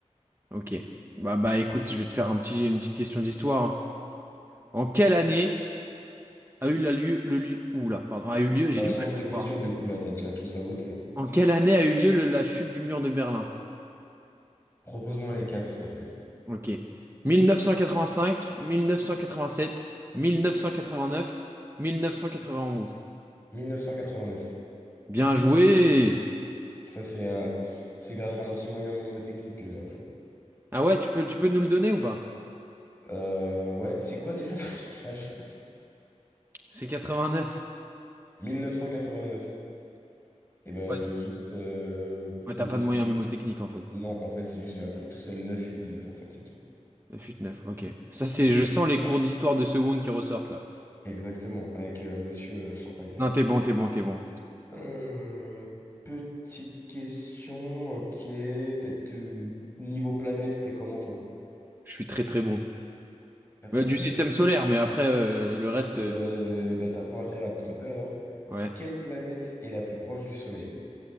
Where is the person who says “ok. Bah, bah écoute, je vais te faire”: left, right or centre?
Right